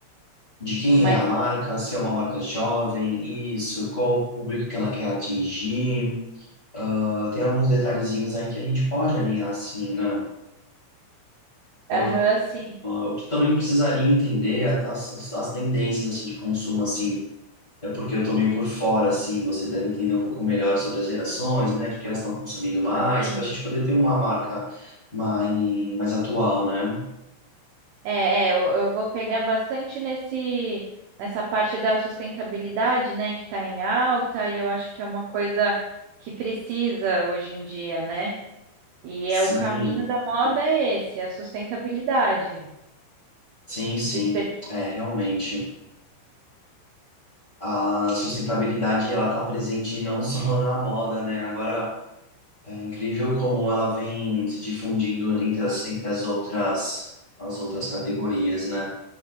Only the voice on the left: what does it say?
de quem
é a marca, se é uma marca jovem, isso, qual o público que ela quer atingir, Ah, tem alguns detalhezinhos aí que a gente pode alinhar assim, né? Ah,
eu também precisaria entender a- as, as as tendências assim de consumo assim. É porque eu tô meio por fora, assim, você deve entender um pouco melhor sobre as gerações, né? O que que elas estão consumindo mais,
para a gente poder ter uma marca mais, mais atual, né?
Sim,
sim, sim.
É, realmente. A sustentabilidade, ela tá presente não só <laughs> na moda, né? Agora, é incrível como ela vem se difundindo entre as, entre as outras, as outras categorias, né?